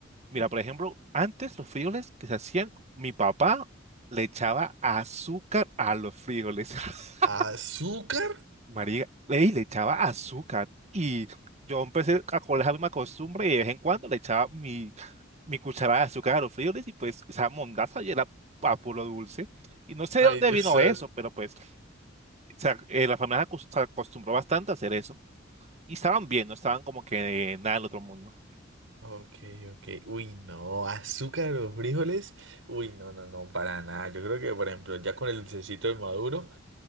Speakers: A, on the right (about 35°); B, on the right (about 80°).
A: mira, por ejemplo, antes los frijoles que se hacían, mi papá le echaba azúcar a los frijoles. <laughs>
B: ¿Azúcar?
A: María, ey, le echaba azúcar y yo empecé a coger la misma costumbre y de vez en cuando le echaba mi mi cucharada de azúcar a los frijoles y pues esa mondaza y era a puro dulce. Y no sé
B: Ay,
A: de dónde
B: Dios
A: vino
B: santo.
A: eso, pero pues se ac- eh, la familia acus- se acostumbró bastante a hacer eso. Y estaban bien, no estaban como que eh, nada del otro mundo.
B: Ok, ok. Uy, no. ¿Azúcar o frijoles? Uy, no, no, no, para nada. Yo creo que, por ejemplo, ya con el dulcecito de maduro